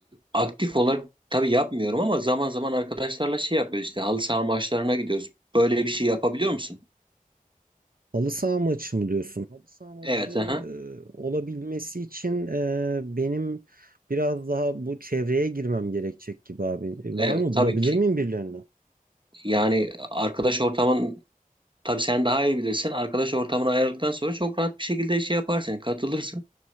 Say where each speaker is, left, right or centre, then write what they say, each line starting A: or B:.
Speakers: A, on the right; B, on the right.
A: aktif olarak tabii yapmıyorum ama zaman zaman arkadaşlarla şey yapıyoruz işte halı saha maçlarına gidiyoruz. Böyle bir şey yapabiliyor musun?
B: Halı saha maçı mı diyorsun? Halı saha maçı
A: Evet, aha.
B: e, olabilmesi için e, benim biraz daha bu çevreye girmem gerekecek gibi abi. E, Var
A: Evet,
B: mı?
A: tabii
B: Bulabilir
A: ki.
B: miyim birilerini?
A: Yani arkadaş ortamın tabii sen daha iyi bilirsin. Arkadaş ortamını ayarladıktan sonra çok rahat bir şekilde şey yaparsın, katılırsın.